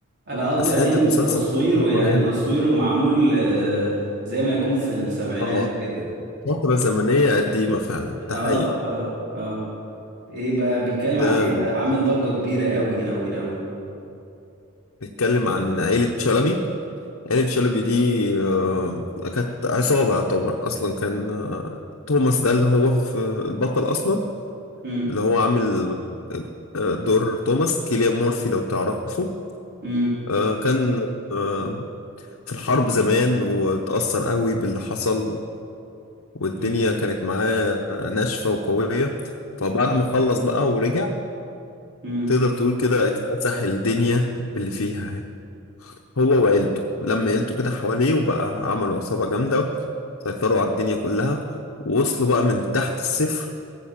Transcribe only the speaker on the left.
بس
حتة مسلسل
هو جامد
اه
فترة زمنية قديمة فعلا
ده حقيقي
ده
بيتكلم عن عيلة شلبي عيلة شلبي دي آه، كانت عصابة يعتبر أصلا كان آه، توماس ده اللي هو في البطل أصلا
اللي هو عامل آه، دور توماس كيليان مورفي لو تعرفه
آه، كان آه، في الحرب زمان واتأثر قوي باللي حصل والدنيا
كانت معاه ناشفة وقوية فبعد ما خلص بقى ورجع
تقدر تقول كده اكتسح الدنيا باللي فيها يعني هو وعيلته لما عيلته كده حواليه وبقى عملوا عصابة جامدة سيطروا على الدنيا كلها ووصلوا بقى من تحت الصفر